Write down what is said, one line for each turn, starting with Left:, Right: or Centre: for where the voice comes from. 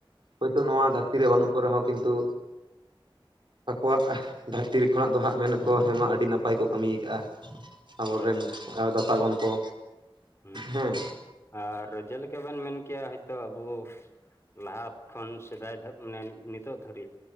Right: ᱦᱳᱭᱛᱚ ᱱᱚᱣᱟ ᱫᱷᱟᱹᱨᱛᱤ ᱨᱮ ᱵᱟᱹᱱᱩᱜ ᱠᱚ ᱨᱮᱦᱚᱸ ᱠᱤᱱᱛᱩ ᱟᱠᱚᱣᱟᱜ ᱼᱼ ᱫᱷᱟᱹᱨᱛᱤ ᱨᱮ ᱠᱷᱚᱱᱟᱜ ᱫᱚ ᱦᱟᱸᱜ ᱢᱮᱱᱟᱠᱚ ᱦᱮᱸᱢᱟ ᱟᱹᱰᱤ ᱱᱟᱯ ᱯᱟᱭ ᱠᱚ ᱠᱟᱹᱢᱤᱭ ᱟᱠᱟᱜᱼᱟ ᱟᱵᱚᱨᱮᱱ
Left: ᱦᱳᱭ ᱦᱳᱭ
Right: ᱫᱟᱛᱟ ᱜᱚᱱ ᱠᱚ᱾
Left: ᱦᱩᱸ
Right: ᱦᱮᱸ
Left: ᱟᱨ ᱡᱮᱞᱮᱠᱟ ᱵᱮᱱ ᱢᱮᱱ ᱠᱮᱭᱟ ᱦᱳᱭᱛᱳ ᱟᱵᱩ ᱞᱟᱦᱟ ᱠᱷᱚᱱ ᱥᱮᱫᱟᱭ ᱢᱟᱱᱮ ᱱᱤᱛᱚᱜ ᱫᱷᱟᱹᱨᱤᱜ